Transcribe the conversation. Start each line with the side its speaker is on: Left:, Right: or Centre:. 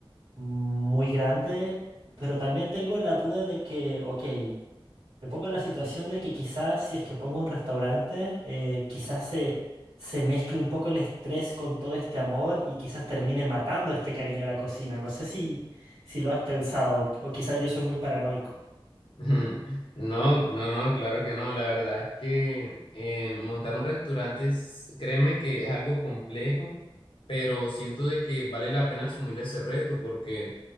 Right: muy grande, pero también tengo la duda de que, ok, me pongo en la situación de que quizás si es que pongo un restaurante, eh, quizás se, se mezcle un poco el estrés con todo este amor y quizás termine matando este cariño a la cocina. No sé si, si lo has pensado o quizás yo soy muy paranoico.
Left: <laughs> No, no, no, claro que no. La verdad es que eh, montar un restaurante, es- créeme que es algo complejo, pero siento de que vale la pena asumir ese reto porque